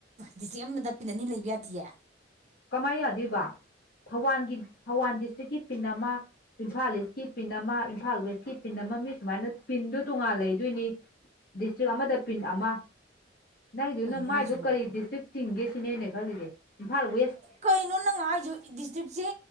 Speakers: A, on the right; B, on the left.
A: ꯗꯤꯁꯇ꯭ꯔꯤꯛ ꯑꯃꯗ ꯄꯤꯅꯅꯤ ꯂꯩꯕ ꯌꯥꯗꯦ
B: ꯀꯃꯥꯏꯅ ꯌꯥꯗꯣꯏꯕ ꯊꯧꯕꯥꯜꯒꯤ ꯊꯧꯕꯥꯜ ꯗꯤꯁꯇ꯭ꯔꯤꯛꯀꯤ ꯄꯤꯟ ꯑꯃ ꯏꯝꯐꯥꯜ ꯏꯁꯀꯤ ꯄꯤꯟ ꯑꯃ ꯏꯝꯐꯥꯜ ꯋꯦꯁꯀꯤ ꯄꯤꯟ ꯑꯃ ꯃꯤ ꯁꯨꯃꯥꯏꯅ ꯄꯤꯟꯗꯨꯣ ꯇꯣꯉꯥꯟ ꯂꯩꯗꯣꯏꯅꯤ ꯗꯤꯁꯇ꯭ꯔꯤꯛ ꯑꯃꯗ ꯄꯤꯟ ꯑꯃ ꯅꯪꯗꯨꯅ
A: ꯀꯩꯅꯣ
B: ꯃꯥꯏꯗꯨꯣ
A: ꯍꯥꯏꯁꯤꯕꯣ
B: ꯀꯔꯤ ꯗꯤꯁꯇ꯭ꯔꯤꯛ ꯆꯤꯡꯒꯦ ꯁꯤꯅꯦꯅ ꯈꯜꯂꯤꯁꯦ ꯏꯝꯐꯥꯜꯋ
A: ꯀꯩꯅꯣ ꯅꯪ ꯍꯥꯏꯁꯨ ꯗꯤꯁꯇ꯭ꯔꯤꯛꯁꯦ